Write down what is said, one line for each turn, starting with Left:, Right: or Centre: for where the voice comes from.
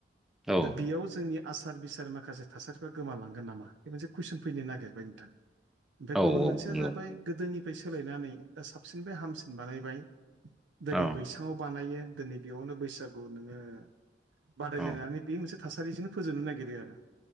Centre: औ
Right: दा बेयाव जोंनि आसार बिसार माखासे थासारिफ्रा गोमालांगोन नामा बे मोनसे कुइसन फैनो नागिरबाय नोंथां।। ओमफ्राय
Centre: औ
Right: गुबुन मोनसेया
Centre: नंगौ
Right: जाबाय गोदोनिफ्राय सोलायनानै दा साबसिननिफ्राय हामसिन बानायबाय दिनै
Centre: औ
Right: बैसाङाव बानायो दिनै बेयावनो बैसागु नोङो बादायलायनानै
Centre: औ
Right: बे मोनसे थासारिजोंनो फोजोबनो नागिरो आरो